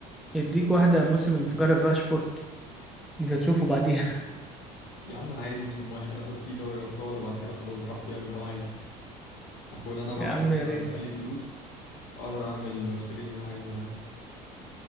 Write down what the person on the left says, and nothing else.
يا عم انا عايز موسم واحد اخد فيه دوري ابطال وبعد كده خلاص براحته يعمل اللي هو عايزه اكون
انا بقى
خلاص
بقى
دخل لي فلوس اقدر اعمل واشتري اللي انا عايزه يا عم